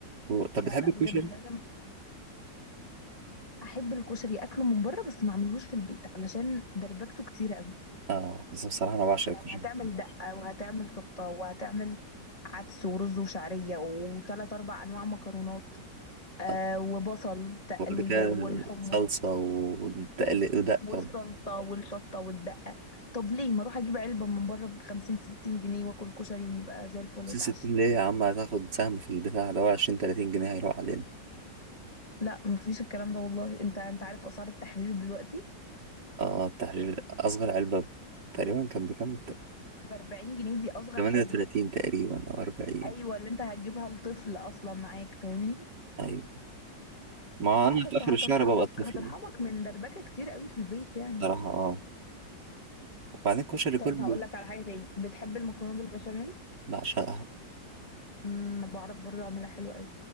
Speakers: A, on the right; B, on the left.
A: و- طب
B: لا
A: بتحب
B: لا
A: الكشري
B: بجد لازم احب الكشري اكله من بره بس ما اعملهوش في البيت علشان دربكته كتيره قوي
A: اه بس بصراحه انا بعشق
B: يعني
A: الكشري
B: هتعمل دقه وهتعمل شطه وهتعمل عدس ورز وشعريه وثلاث اربع انواع مكرونات آه
A: آه.
B: وبصل تقليه
A: وبعد كده
B: والحمص
A: صلصه ودقه
B: والصلصه والشطه والدقه طب ليه ما اروح اجيب علبه من بره ب 50 60 جنيه واكل كشري ويبقى زي الفل
A: خمسين
B: واتعشى
A: ستين ليه يا عم هتاخد سهم في البتاع ده هو عشرين تلاتين جنيه هيروح علينا
B: لا مفيش الكلام ده والله انت انت عارف اسعار التحرير دلوقتي
A: اه التحرير أصغر علبة تقريبا كان بكام؟
B: ب 40 جنيه دي اصغر
A: تمانية
B: حاجه
A: وتلاتين تقريبا أو أربعين
B: ايوه اللي انت هتجيبها لطفل اصلا معاك فاهمني
A: أيوة ما
B: فلا
A: أنا
B: بس
A: في آخر
B: هترحمك
A: الشهر ببقى الطفل
B: هترحمك
A: ده
B: من دربكة كتير قوي في البيت يعني
A: بصراحة اه وبعدين الكشري
B: طيب
A: كله
B: هقول لك على حاجة تاني بتحب المكرونة بالبشاميل
A: بعشقها
B: امم أنا بعرف برضو اعملها حلو قوي